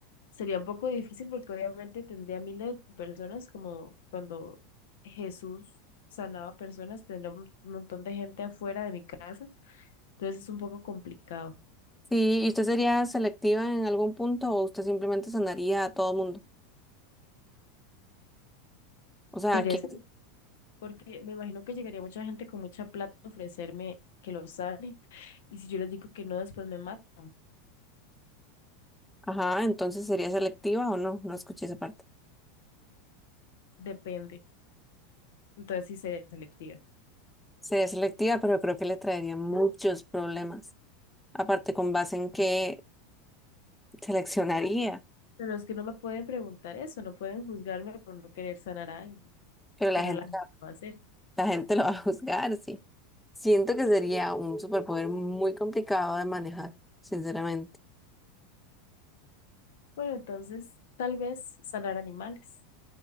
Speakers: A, on the left (about 60°); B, in the centre.
A: sería un poco difícil porque obviamente tendría miles de personas como cuando Jesús sanaba personas, tendría un montón de gente afuera de mi casa. Entonces es un poco complicado.
B: Sí, ¿y usted sería selectiva en algún punto o usted simplemente sanaría a todo mundo? O sea,
A: Sería
B: ¿a quién?
A: ese, porque me imagino que llegaría mucha gente con mucha plata a ofrecerme que lo sane y si yo les digo que no, después me matan.
B: Ajá, entonces sería selectiva o no, no escuché esa parte.
A: Depende. Entonces sí sería selectiva.
B: Sería selectiva, pero creo que le traería muchos problemas. Aparte, con base en qué seleccionaría,
A: Pero es que no me pueden preguntar eso, no pueden juzgarme por no querer sanar a alguien,
B: pero la
A: pero
B: gente,
A: la gente lo va a hacer.
B: la gente lo va a juzgar, sí. Siento que sería un superpoder muy complicado de manejar, sinceramente.
A: Bueno, entonces tal vez sanar animales,